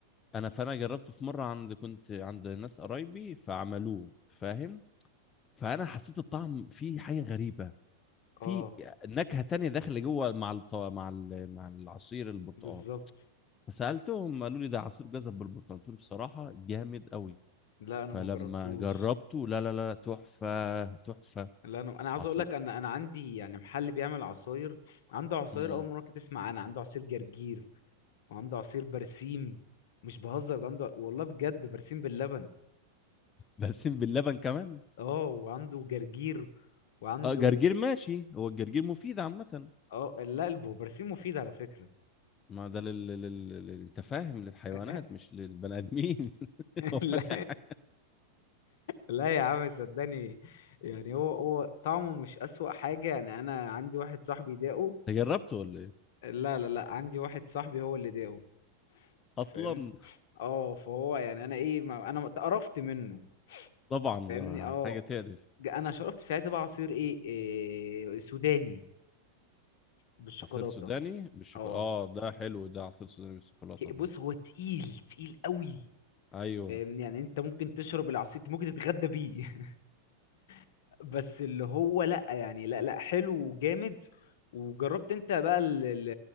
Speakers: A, on the left (about 25°); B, on the left (about 65°).
A: انا فانا جربته في مره عند كنت عند ناس قرايبي فعملوه فاهم فانا حسيت الطعم فيه حاجه غريبه
B: اه
A: في نكهه تانية داخله جوه مع الط... مع ال... مع العصير البرتقال
B: بالظبط
A: فسالتهم قالوا لي ده عصير جزر بالبرتقال قلت له بصراحه جامد قوي
B: لا انا
A: فلما
B: ما جربتوش
A: جربته لا لا لا تحفة تحفة
B: لا انا انا عاوز
A: عصير
B: اقول لك انا انا عندي يعني محل بيعمل عصاير عنده عصاير
A: مم.
B: اول مره كنت تسمع انا عنده عصير جرجير وعنده عصير برسيم مش بهزر ده عنده والله بجد برسيم باللبن
A: بلسم باللبن كمان
B: اه وعنده جرجير وعنده
A: اه جرجير ماشي هو الجرجير مفيد عامة
B: اه لا الب- برسيم مفيد على فكره
A: ما ده لل... لل... لل... لل- انت فاهم للحيوانات
B: <laughs>
A: مش للبني ادمين <laughs> هو فاتح
B: لا
A: حاجة.
B: لا يا عم صدقني يعني هو هو طعمه مش اسوأ حاجه يعني انا عندي واحد صاحبي داقه
A: انت جربته ولا ايه؟
B: لا لا لا عندي واحد صاحبي هو اللي داقه
A: اصلا
B: فاهمني؟ اه فهو يعني انا ايه ما انا اتقرفت منه
A: طبعا
B: فاهمني
A: آه،
B: اه
A: حاجة تقرف
B: ج- انا شربت ساعتها بقى عصير ايه, إيه سوداني بالشوكولاته
A: عصير سوداني بالشوكولاتة
B: اه
A: اه ده حلو ده عصير سوداني بالشوكولاتة
B: ك-
A: ده
B: بص هو تقيل تقيل قوي
A: ايوه
B: فاهمني يعني انت ممكن تشرب العصير انت ممكن تتغدى بيه <laughs> بس اللي هو لا يعني لا لا حلو وجامد وجربت انت بقى ال- ال-